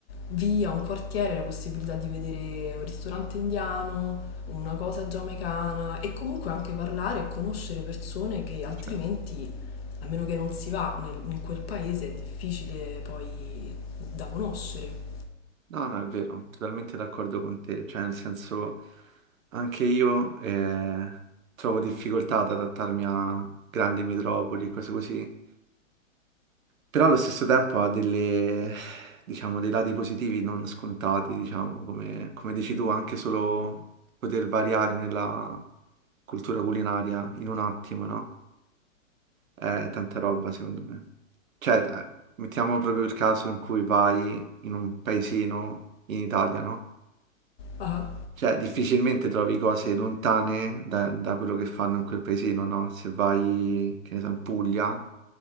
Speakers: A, on the left; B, on the right.
A: via, un quartiere, la possibilità di vedere un ristorante indiano, una cosa giamaicana e comunque anche parlare e conoscere persone che altrimenti,
B: certo.
A: a meno che non si va nel- in quel paese, è difficile poi da conoscere.
B: No, no, è vero, totalmente d'accordo con te, cioè nel senso anche io eh, trovo difficoltà ad adattarmi a grandi metropoli e cose così, però allo stesso tempo ha delle, diciamo, dei lati positivi non scontati, diciamo, come, come dici tu, anche solo poter variare nella cultura culinaria in un attimo, no? È tanta roba secondo me. Cioè, eh, mettiamo proprio il caso in cui vai in un paesino in Italia, no?
A: Ah,
B: Cioè, difficilmente trovi cose lontane da, da quello che fanno in quel paesino, no? Se vai, che ne so, in Puglia,